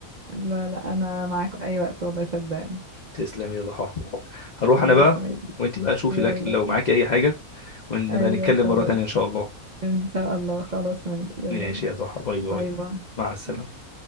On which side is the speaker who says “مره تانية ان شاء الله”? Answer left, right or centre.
Left